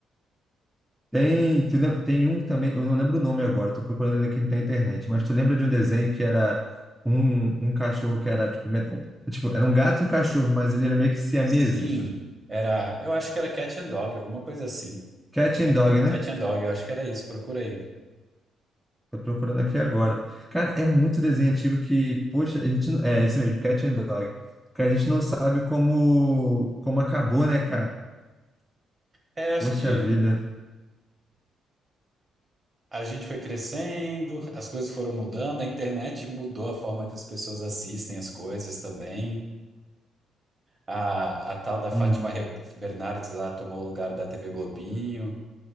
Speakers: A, in the centre; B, on the right.
A: Tem, tu lembra- tem um também, eu não lembro o nome agora, tô procurando aqui na internet, mas tu lembra de um desenho que era um, um cachorro que era, tipo, me- tipo, era um gato e um cachorro, mas ele era meio que siameses?
B: Sim. Era. Eu acho que era Cat and Dog, alguma coisa assim.
A: Cat and
B: É,
A: Dog, né?
B: Cat and Dog, eu acho que era isso. Procura aí.
A: Tô procurando aqui agora. Cara, é muito desenho antigo que, poxa, a gente, não- é esse mesmo, Cat and Dog. Porque a gente não sabe como, como acabou, né, cara?
B: É, acho
A: Poxa
B: que
A: vida.
B: a gente foi crescendo, as coisas foram mudando, a internet mudou a forma que as pessoas assistem as coisas também. A, a tal da Fátima
A: Uhum.
B: Re- Bernardes lá tomou o lugar da TV Globinho.